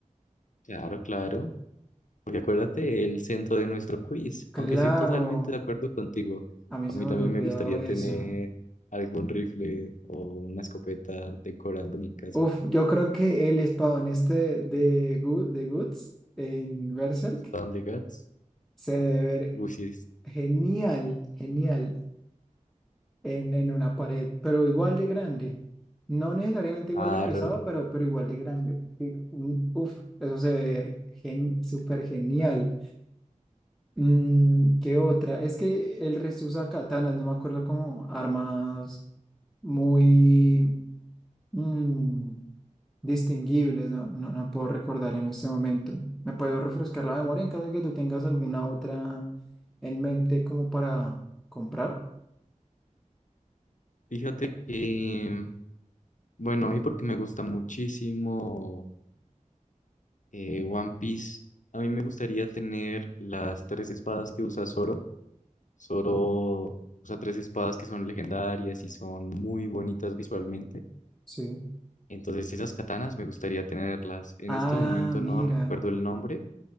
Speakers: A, on the left; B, in the centre.
A: Claro, claro. Porque acuérdate el centro de nuestro quiz,
B: Claro.
A: aunque estoy totalmente de acuerdo contigo,
B: A mí
A: a
B: se
A: mí
B: me
A: también
B: había olvidado
A: me gustaría
B: eso.
A: tener algún rifle o una escopeta decorando mi casa.
B: Uf, yo creo que el espadón este de, Gu- de Guts en Berserk
A: ¿Spawn de Guts?
B: se debe ver
A: Uy, sí, es
B: genial, genial en, en una pared, pero igual de grande. No necesariamente igual
A: raro.
B: de pesado, pero, pero igual de grande. Y, mm, Uf, eso se debe ver gen, súper genial. Mm, ¿qué otra? Es que el resto usa katanas, no me acuerdo como armas muy... mm, distinguibles, no, no, no puedo recordar en este momento. ¿Me puedo refrescar la memoria en caso de que tú tengas alguna otra en mente como para comprar?
A: Fíjate que, bueno, a mí porque me gusta muchísimo eh, One Piece, a mí me gustaría tener las tres espadas que usa Zoro. Zoro usa tres espadas que son legendarias y son muy bonitas visualmente.
B: Sí.
A: Entonces, esas katanas me gustaría tenerlas. En
B: Ah,
A: este momento
B: mira,
A: no recuerdo el nombre